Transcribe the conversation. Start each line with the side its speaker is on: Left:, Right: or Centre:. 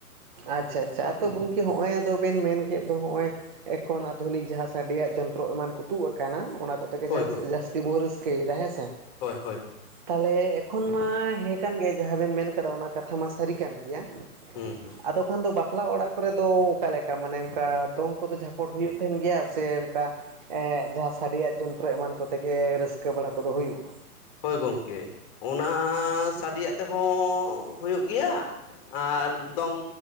Right: ᱟᱪᱪᱷᱟ ᱟᱪᱪᱷᱟ ᱟᱫᱚ ᱜᱚᱝᱠᱮ ᱦᱚᱸᱜᱼᱚᱭ ᱟᱫᱚ ᱵᱮᱱ ᱢᱮᱱ ᱠᱮᱫ ᱫᱚ ᱦᱚᱸᱜᱼᱚᱭ ᱮᱠᱷᱚᱱ ᱟᱫᱷᱩᱱᱤᱠ ᱡᱟᱦᱟᱸ ᱥᱟᱰᱮᱭᱟᱜ ᱡᱚᱱᱛᱨᱚ ᱮᱢᱟᱱ ᱠᱚ ᱛᱩᱜ ᱟᱠᱟᱱᱟ ᱚᱱᱟ ᱠᱚ ᱛᱮᱜᱮ
Left: ᱦᱳᱭ
Right: ᱡᱟᱥᱛᱤ
Left: ᱦᱳᱭ
Right: ᱡᱟᱥᱛᱤ ᱵᱚᱱ ᱨᱟᱹᱥᱠᱟᱹᱭᱮᱫᱟ ᱦᱮᱸ ᱥᱮ,
Left: ᱦᱳᱭ ᱦᱳᱭ ᱦᱳᱭ
Right: ᱛᱟᱦᱚᱞᱮ ᱮᱠᱷᱚᱱ ᱢᱟ ᱦᱮᱸ ᱠᱟᱱ ᱜᱮ ᱡᱟᱦᱟᱸ ᱵᱮᱱ ᱢᱮᱱ ᱠᱟᱫᱟ ᱚᱱᱟ ᱠᱟᱛᱷᱟ ᱢᱟ ᱥᱟᱹᱨᱤ ᱠᱟᱱ ᱜᱮᱭᱟ,
Left: ᱦᱩᱸ ᱦᱩᱸ᱾
Right: ᱟᱫᱚ ᱠᱷᱟᱱ ᱫᱚ ᱵᱟᱯᱞᱟ ᱚᱲᱟᱜ ᱠᱚᱨᱮ ᱫᱚ ᱚᱠᱟ ᱞᱮᱠᱟ ᱢᱟᱱᱮ ᱚᱝᱠᱟ ᱫᱚᱝ ᱠᱚᱫᱚ ᱡᱷᱟᱯᱚᱴ ᱦᱩᱭᱩᱜ ᱛᱟᱦᱮᱸᱱ ᱜᱮᱭᱟ ᱥᱮ ᱚᱝᱠᱟ ᱮᱸ ᱡᱟᱦᱟᱸ ᱥᱟᱰᱮᱭᱟᱜ ᱡᱚᱱᱛᱨᱚ ᱮᱢᱟᱱ ᱠᱚᱛᱮ ᱜᱮ ᱨᱟᱹᱥᱠᱟᱹ ᱵᱟᱲᱟ ᱠᱚᱫᱚ ᱦᱩᱭᱩᱜᱼᱟ?
Left: ᱦᱳᱭ ᱜᱚᱝᱠᱮ, ᱚᱱᱟ ᱥᱟᱰᱮᱭᱟᱜ ᱛᱮᱦᱚᱸ ᱦᱳᱭᱳᱜ ᱜᱮᱭᱟ, ᱟᱨ ᱫᱚᱝ